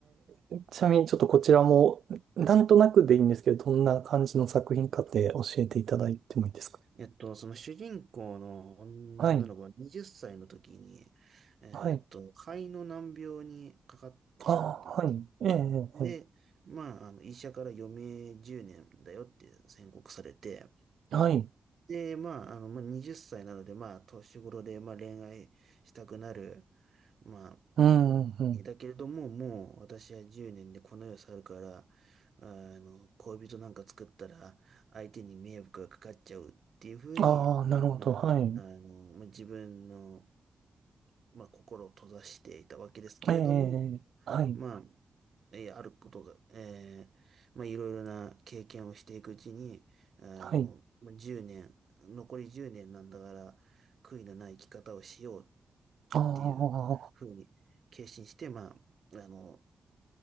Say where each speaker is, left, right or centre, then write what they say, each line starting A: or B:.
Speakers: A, on the right (about 80°); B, on the right (about 60°).
A: えちなみにちょっとこちらも、なんとなくでいいんですけど、どんな感じの作品かって教えていただいてもいいですか
B: はいえっと、その主人公の女の子は20歳の時に、
A: はい。
B: えっと、
A: はい。
B: 肺の難病にかかってしまったんです。
A: ああ、はい。えええ
B: で、まあ、あの、医者から余命10年だよって宣告されて、
A: えはい。
B: で、まあ、あの、もう20歳なので、まあ、年頃で、まあ、恋愛したくなる、まあ、
A: うんうんうん。
B: だけれども、もう、私は10年でこの世を去るから、あの、恋人なんか作ったら、相手に迷惑がかかっちゃうっていうふうに、
A: ああ、なるほど。
B: まあ、
A: はい。
B: あの、まあ、自分の、まあ、心を閉ざしていたわけですけれども、
A: ええ、ええはい。
B: まあ、えーあることが、えーまあ、いろいろな経験をしていくうちに、あの、
A: はい。
B: まあ1年、残り10年なんだから、悔いのない生き方をしようっ
A: あ
B: ていうふうに決心して、まあ、あの、